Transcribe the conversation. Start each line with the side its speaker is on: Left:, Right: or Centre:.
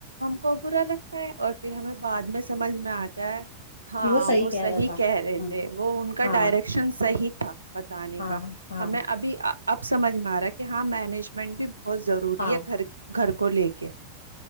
Right: کبورا ل <unintelligible> اور پھر ہمیں بعد میں سمجھ میں آتا <unintelligible> <unintelligible> ہاں
Left: کہ صحیح
Right: وہ صحی
Left: رہا تھا
Right: کہہ رہے
Left: ہاں
Right: تھے وہ ان کا
Left: ہاں
Right: ڈائریکشن صحی تھا بتانے
Left: ہاں
Right: کا
Left: ہاں
Right: ہمیں ابھی اب سمجھ میں آ رہا ہے کہ ہاں میں <unintelligible> مجمنٹ بھی ب <unintelligible> بہت ضروری
Left: ہاں
Right: ہے گھر گھر کولی کے